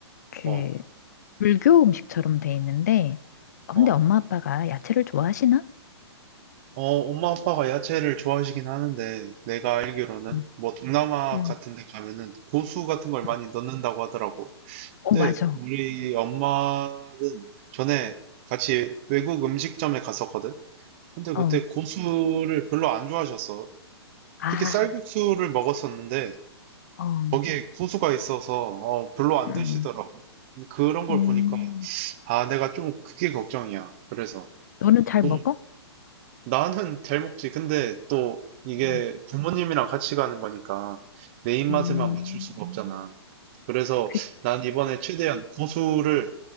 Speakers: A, on the left; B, on the right.
A: 그
B: 어,
A: 불교 음식처럼 돼 있는데 어,
B: 어.
A: 근데 엄마 아빠가 야채를 좋아하시나?
B: 어, 엄마 아빠가 야채를 좋아하시긴 하는데, 내가 알기로는,
A: 응.
B: 뭐, 동남아
A: 응.
B: 같은 데 가면은 고수 같은 걸
A: 응.
B: 많이 넣는다고 하더라고.
A: 어,
B: 근데
A: 맞아.
B: 우리 엄마는 전에 같이 외국 음식점에 갔었거든? 근데
A: 어.
B: 그때 고수를 별로 안 좋아하셨어.
A: 아.
B: 특히 쌀국수를 먹었었는데,
A: 어.
B: 거기에 고수가 있어서, 어, 별로 안
A: 음.
B: 드시더라고. 근데 그런 걸
A: 음.
B: 보니까, 아, 내가 좀 그게 걱정이야. 그래서.
A: 너는 잘
B: 또
A: 먹어?
B: 나는 잘 먹지. 근데 또 이게
A: 음.
B: 부모님이랑 같이 가는 거니까 내 입맛에만
A: 음.
B: 맞출 수가 없잖아. 그래서
A: 그치.
B: 난 이번에 최대한 고수를